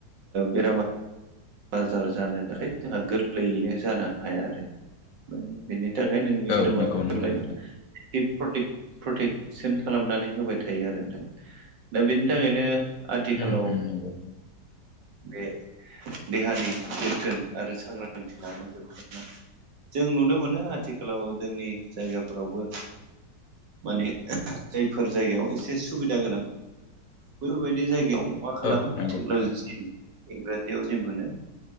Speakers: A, on the right; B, on the left.
A: बेरामा बाजार जानो थाखाय जोंहा गोरलैयैनो जानो हाया आरो माने बेनो थाखाय नोंनि
B: औ
A: मोदोमा
B: नंगौ नंगौ
A: जेब्लायबो
B: नोंथां
A: प्रटेक-प्प्रटेकसन खालामनानै होबाय थायो आरो नोंथां दा बेनि थाखायनो आथिखालाव
B: अम अम दे
A: बे देहानि जोथोन आरो सांग्रांथि लानाया जोबोनो जों नुनो मोनो आथिखालाव जोंनि जायगाफ्रावबो माने जायफोर जायगायाव एसे सुबिदा गोनां बेफोरबायदि जायगायाव मा खालामो
B: औ नंगौ
A: टेकनलजि
B: नोंथां नंगौ
A: इंराजियाव जि मोनो